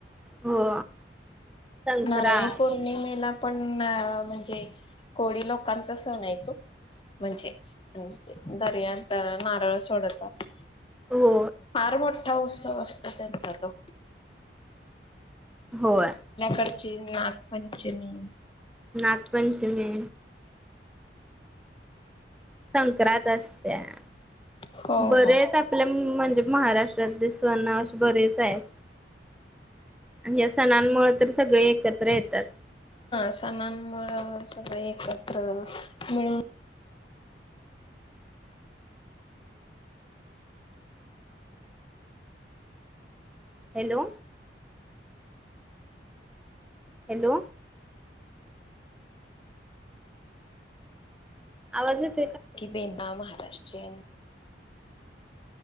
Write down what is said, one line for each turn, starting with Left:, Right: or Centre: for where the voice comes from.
Centre: हो संक्रांत
Left: नाराळी पौर्णिमेला पण आ म्हणजे कोळी लोकांचा सण आहे तो म्हणजे दर्यांत नारळ सोडतात.
Centre: हो
Left: फार मोठा उत्सव असतो त्यांचा तो
Centre: होय
Left: आमची नागपंचमी
Centre: नागपंचमी संक्रांत असते. त्या
Left: हो
Centre: बरेच
Left: हो
Centre: आपल्या म्हणजे महाराष्ट्रातले सण असे बरेच आहेत. या सणांमुळे तर सगळे एकत्र येतात.
Left: सणांमुळ सगळे एकत्र मिळून
Centre: हॅलो हॅलो आवाज येतो
Left: ते देव नाम हाय. <unintelligible>